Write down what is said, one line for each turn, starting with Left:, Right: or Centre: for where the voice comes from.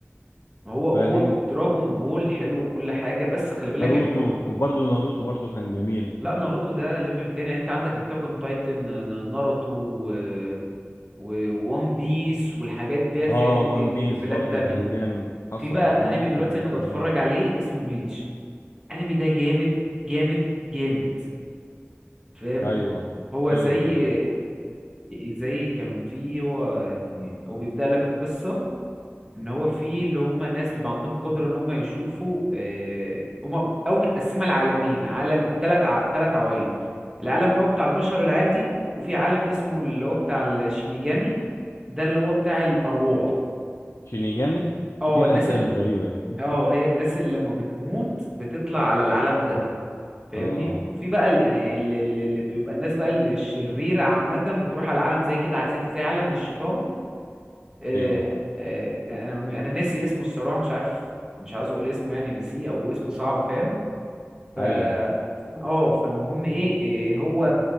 Right: ما هو هو
Left: فاهم
Right: دراجون بول حلو وكل حاجة بس خلي بالك
Left: ناروتو
Right: يعني دراجون
Left: وبرضه ناروتو برضه كان جميل
Right: لا ناروتو ده ليفل تاني يعني انت عندك اتاك اون تايتن ناروتو و... و... وون بيس والحاجات ديت
Left: اه
Right: فاهمني دي,
Left: وان
Right: دي
Left: بيس
Right: ليفلات
Left: برضه
Right: تانية
Left: كان جامد حصل
Right: في بقى
Left: وان
Right: انمي
Left: بيس
Right: دلوقتي
Left: ده برضه
Right: انا
Left: كان
Right: بتفرج
Left: جامد
Right: عليه اسمه بليتش انمي ده جامد جامد جامد فاهم
Left: ايوه
Right: هو
Left: حلو
Right: زي
Left: طيب
Right: زي كان فيه هو يعني هو بيبدأ لك القصة ان هو في اللي هم الناس بيبقى عندهم قدره ان هم يشوفوا آه، هم او متقسمه لعالمين عالم ثلاث ثلاث عوالم العالم اللي هو بتاع البشر العادي وفي عالم اسمه اللي هو بتاع الشينيجامي ده اللي هو بتاع الارواح
Left: شينيجامي
Right: اه
Left: ايه الاسامي
Right: الناس ال...
Left: الغريبه دي <laughs>
Right: اه هي الناس اللي لما بتموت بتطلع على العالم ده فاهمني
Left: اه
Right: وفي بقى ال- يعني اللي, اللي بيبقى الناس بقى الشريره عامه بتروح على عالم زي كده زي, زي عالم الشيطان آه،
Left: ايوه
Right: آه، انا انا ناسي اسمه الصراحه مش عارف مش عاوز اقول اسمه يعني ناسيه او اسمه صعب فاهم ف
Left: ايوه
Right: اه فالمهم ايه إيه، هو